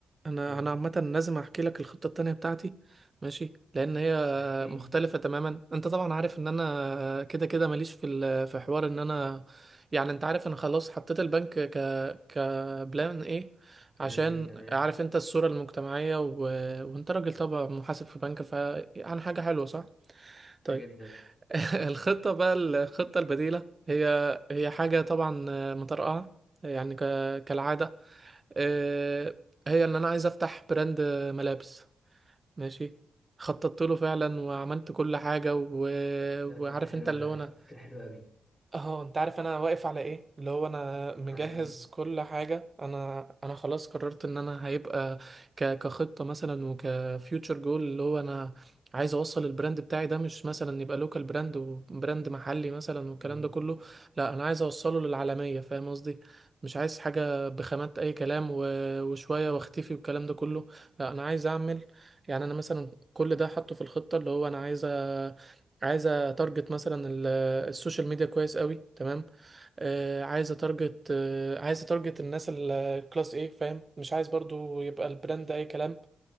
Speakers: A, on the right; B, on the left.
A: انا
B: فاهمني
A: انا عامه لازم احكي لك الخطه التانية بتاعتي ماشي لان هي
B: طب احكي
A: مختلفه
B: لي
A: تماما انت طبعا عارف ان انا كده كده ماليش في ال- في حوار ان انا يعني انت عارف انا خلاص حطيت البنك ك كبلان ايه
B: الكلام
A: عشان
B: ده ايه تمام
A: عارف انت الصوره المجتمعيه و... وانت راجل طبعا محاسب في بنك فعن حاجه حلوه صح طيب
B: جدا
A: <laughs> الخطه بقى الخطه البديله هي هي حاجه طبعا مطرقعه يعني ك... كالعاده آه، هي ان انا عايز افتح براند ملابس ماشي خططت له فعلا وعملت كل حاجة و...
B: لا
A: وعارف
B: فكرة حلوة
A: انت اللي
B: أوي على
A: هو انا
B: فكرة فكرة حلوة أوي
A: اهو انت عارف انا واقف على ايه اللي هو انا مجهز
B: على ايه
A: كل حاجه انا انا خلاص قررت ان انا هيبقى ك... كخطه مثلا وكفيوتشر جول اللي هو انا عايز اوصل البراند بتاعي ده مش مثلا يبقى لوكال براند وبراند محلي مثلا
B: مم.
A: والكلام ده كله لا انا عايز اوصله للعالميه فاهم قصدي مش عايز حاجه بخامات اي كلام و... وشويه واختفي والكلام ده كله لا انا عايز اعمل يعني انا مثلا كل ده حاطه في الخطه اللي هو انا عايز أ... عايز اتارجت مثلا السوشيال ميديا كويس قوي تمام آه، عايز اتارجت آه، عايز اتارجت الناس الكلاس ايه فاهم مش عايز برضو يبقى البراند اي كلام